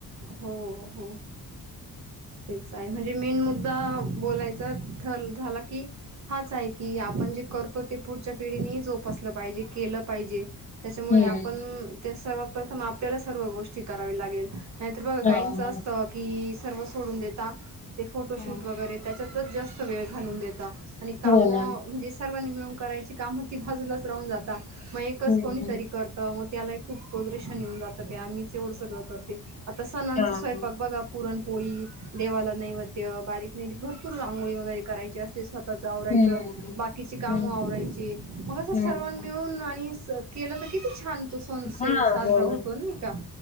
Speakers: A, on the right; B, on the left.
A: हो हो तेच आहे म्हणजे मेन मुद्दा बोलायचा झाला की हाच आहे की आप म्हणजे करतो ते पुढच्या पिढीनी जोपासलं पाहिजे केलं पाहिजे. त्याच्यामुळे
B: हम्म
A: आपण ते सर्वात प्रथम आपल्याला सर्व गोष्टी करावी लागेल. नाहीतर बघा
B: हा
A: काहींच
B: हा,
A: असत कि सर्व सोडून देता. ते फोटोशूट
B: हा.
A: वगैरे त्याच्यातच जास्त वेळ घालून देेतात. आणि काम
B: हो
A: म्हणजे
B: ना
A: सर्वांनी मिळून करायची काम ती बाजूलाच राहून जाता मग एकच
B: हम्म
A: कोणीतरी
B: हम्म.
A: करत. मग त्यालाही खूप उदरेशन येऊन जातं काय आम्हीच एवढं सगळं करते आता सणांचे
B: हा
A: स्वयंपाक बघा पुरणपोळी देवाला नैवेद्य बारीक नैरीक भरपूर रांगोळी वगैरे करायची असते स्वतः आवरायच
B: हम्म.
A: बाकीचे काम
B: हम्म.
A: आवरायचे मग अस
B: हम्म.
A: सर्वां मिळून आणि केलं तर किती छान. तो सण साजरा
B: हा हो
A: होतो
B: ना
A: नाही का